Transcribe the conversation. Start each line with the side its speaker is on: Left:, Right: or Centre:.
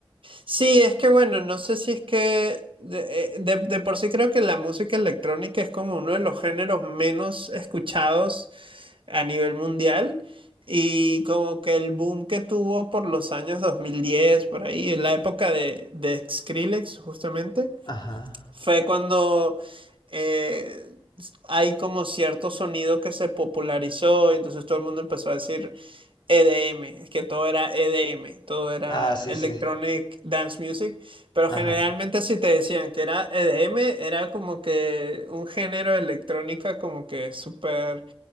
Right: Sí, es que bueno, no sé si es que de, eh, de- de por sí creo que la música electrónica es como uno de los géneros menos escuchados a nivel mundial y como que el boom que tuvo por los años 2010 por ahí, en la época de, de Skrillex justamente,
Left: Ajá.
Right: fue cuando eh, hay como cierto sonido que se popularizó y entonces todo el mundo empezó a decir, EDM, es que todo era EDM, todo era
Left: Ah, sí,
Right: Electronic
Left: sí.
Right: Dance Music, pero
Left: Ajá.
Right: generalmente si te decían que era EDM, era como que un género de electrónica como que súper